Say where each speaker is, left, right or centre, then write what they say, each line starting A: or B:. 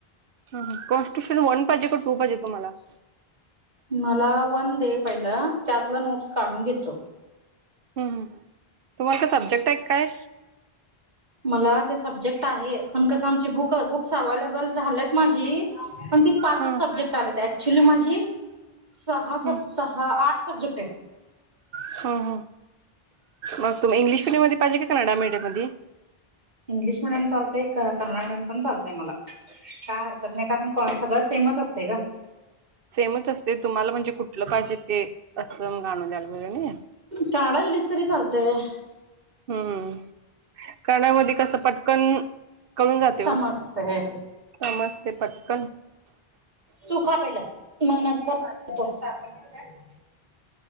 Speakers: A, on the right (about 65°); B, on the right (about 45°).
A: ह ह कॉनस्टिट्युफन वन पाहिेजे का टू पाहिेजे तुम्हाला?
B: मला वन दे पहिलं त्यातलं नोट्स काढून घेतो.
A: हम् तुम्हाला ते सब्जेक्ट टाय काय?
B: मला ते सब्जेक्ट आहे पण कसं आमची बुक बुक्स अवलेबल झालेत माझी पण ती पाचच
A: हं,
B: सब्जेक्ट आलेत ऍक्च्युली माझी सहा सब
A: हं,
B: सहा आठ सब्जेक्टटेत.
A: ह हम मग तुम्ही इंग्लिश मीडियम मध्ये पाहिजे का कनडा मीडयम मधी?
B: इंग्लिश मिडीयम चालतय क कन्नडा मिडियम पण चालतय मला. काय हरकत नाही कारण सगळं सेमच असतय गं.
A: सेमच असतय तुम्हाला म्हणजे कुठलं पाहिजे ते असं गाणून द्यायला <unintelligible>
B: काढाय दिलीस तरी चालतंय.
A: हम्म करण्यामध्ये कसं पटकन कळून जातय
B: समजतंय
A: ओ समजतंय पटकन.
B: तु खा पहिलं मग नंतर <unintelligible>